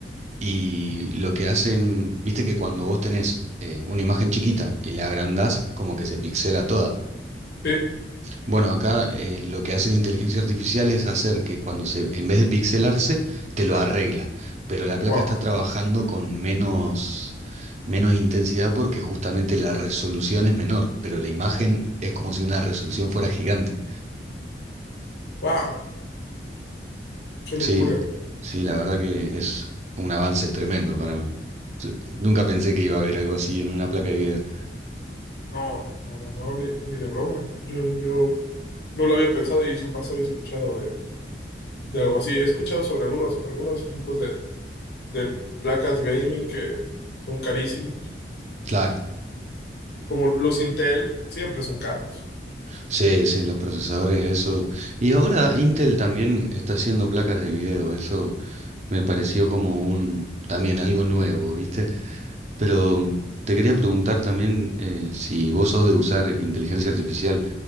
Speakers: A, on the right; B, on the left.
A: y lo que hacen, ¿viste? Que cuando vos tenés eh, una imagen chiquita y la agrandás, como que se pixela toda.
B: Sí.
A: Bueno, acá eh, lo que hace la inteligencia artificial es hacer que cuando se, en vez de pixelarse, te lo arregla. Pero la placa
B: Wow,
A: está trabajando con menos, menos intensidad porque justamente la resolución es menor, pero la imagen es como si una resolución fuera gigante.
B: wow, qué locura.
A: Sí, sí, la verdad que es un avance tremendo para mí. Sí, Nunca pensé que iba a haber algo así en una placa de video.
B: No, no, no, no, no, ni, ni de broma. Yo, yo no lo había pensado y jamás había escuchado de, de algo así. He escuchado sobre algunos, algunos ejemplos de, de placas gaming que son carísimos,
A: Claro,
B: como los Intel, siempre son caros.
A: sí, sí, los procesadores, eso. Y ahora Intel también está haciendo placas de video, eso. Me pareció como un también algo nuevo, ¿viste? Pero mm, te quería preguntar también eh, si vos sos de usar inteligencia artificial